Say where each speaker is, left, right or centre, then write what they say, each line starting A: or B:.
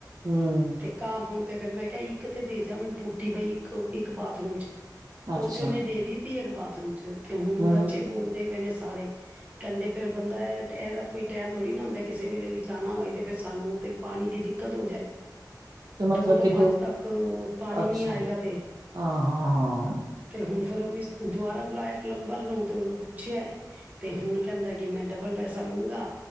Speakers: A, on the right (about 55°); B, on the right (about 20°).
A: ਹੂੰ -
B: ਤੇ ਕਾਮ ਕੂਮ ਤੇ ਫਿਰ ਮੈ ਕਿਹਾ ਇਕ ਤੇ ਦੇ ਜਾ ਮੈਨੂੰ ਟੂਟੀ ਪਈ ਇੱਕ ਬਾਥਰੂਮ 'ਚ-
A: ਅੱਛਾ
B: ਉਹ ਤੇ ਉਹਨੇ ਦੇ ਦਿਤੀ ਇਕ ਬਾਥਰੂਮ 'ਚ ਤੇ ਹੁਣ
A: ਹੂੰ
B: ਬੱਚੇ ਬੋਲਦੇ ਪਏ ਨੇ ਸਾਰੇ- ਕਹਿਦੇ ਫਿਰ ਬੰਦਾ ਇਹਦਾ ਤਾਂ ਕੋਈ ਟਾਈਮ ਥੋੜ੍ਹੀ ਨਾ ਹੁੰਦਾ ਕਿਸੇ ਵੇਲੇ ਵੀ ਜਾਣਾ ਹੋਏ ਤੇ ਫੇਰ ਸਾਨੂੰ ਤੇ- ਪਾਣੀ ਦੀ ਦਿਕਤ ਹੋ ਜਾਏ-
A: ਤੇ ਮਤਲਬ
B: ਦੋ ਤੋਂ
A: ਕਿ
B: ਪੰਜ ਤੱਕ ਪਾਣੀ
A: ਅੱਛਾ
B: ਨੀ ਆਏਗਾ ਤੇ-
A: ਹਾਂ ਹਾਂ ਹਾਂ
B: ਤੇ ਹੁਣ ਫੇਰ ਉਹ ਮਿਸ ਦੁਬਾਰਾ ਬੁਲਾਇਆ ਪਲੰਬਰ ਨੂੰ ਤੇ ਉਹਨੂੰ ਪੁਛਿਆ ਏ ਤੇ ਹੁਣ ਕਹਿਦਾ ਕਿ ਮੈ ਡਬਲ ਪੈਸਾ ਲੂੰਗਾ।